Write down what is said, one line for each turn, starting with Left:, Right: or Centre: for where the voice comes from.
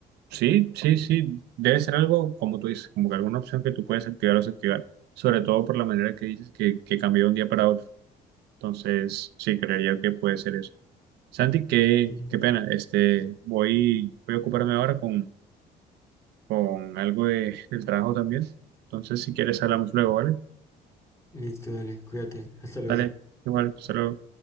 Right: sí, sí, sí, debe ser algo, como tú dices, como que alguna opción que tú puedes activar o desactivar, sobre todo por la manera que dices que, que cambió de un día para otro. Entonces, sí, creería que puede ser eso. Santi, qué,
Left: Sí,
Right: qué pena, este, voy, voy a ocuparme ahora con, con algo de, del trabajo también. Entonces, si quieres, hablamos luego, ¿vale?
Left: listo, dale, cuídate, hasta luego.
Right: Dale, igual, saludos.